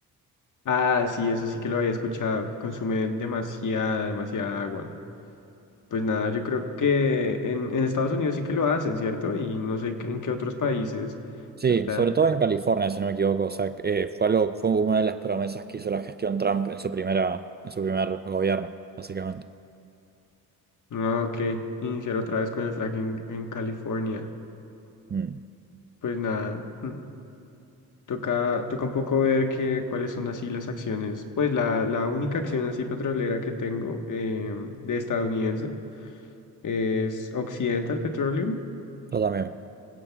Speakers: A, on the left (about 50°); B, on the right (about 25°).
A: Ah, sí, eso sí que lo había escuchado, consume demasiada, demasiada agua. Pues nada, yo creo que en, en Estados Unidos sí que lo hacen, ¿cierto? Y no sé en qué en qué otros países,
B: Sí,
A: ¿verdad?
B: sobre todo en California, si no me equivoco, o sea, eh, fue algo, fue una de las promesas que hizo la gestión Trump en su primera, en su primer gobierno, básicamente.
A: No, ok, iniciar otra vez con el fracking en California.
B: Mm,
A: Pues nada. mm. Toca, toca un poco ver que, cuáles son así las acciones. Pues la, la única acción así petrolera que tengo eh, de estadounidense es Occidental Petroleum.
B: yo también,